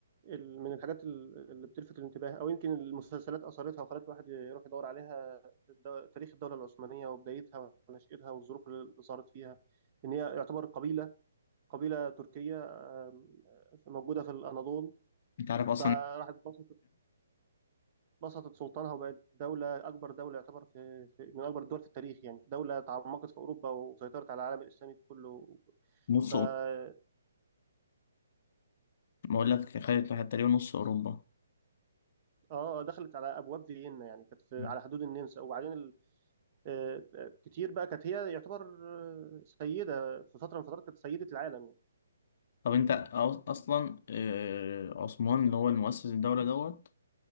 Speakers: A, on the right; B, on the left.
A: ال- من الحاجات ال- اللي بتلفت الانتباه او يمكن المسلسلات اثرتها وخلت الواحد يروح يدور عليها الد- تاريخ الدوله العثمانيه وبدايتها ونشاتها والظروف اللي ظهرت فيها ان هي يعتبر قبيله قبيله تركيه آم، موجوده في الاناضول
B: انت عارف
A: بقى
B: اصلا
A: راحت بسطت بسطت سلطانها وبقت دوله اكبر دوله يعتبر في, في من اكبر الدول في التاريخ يعني دوله تعمقت في اوروبا وسيطرت على العالم الاسلامي كله
B: نص
A: ف اه
B: أوروبا. بقول لك خدت واحد تقريبا نص اوروبا
A: آه، دخلت على ابواب فيينا يعني كانت في
B: مم.
A: على حدود النمسا وبعدين آه، آه، كتير بقى كانت هي يعتبر آه، سيدة في فترة من الفترات كانت سيدة العالم يعني
B: طب انت أو- اصلا آه، عثمان اللي هو المؤسس الدولة دوت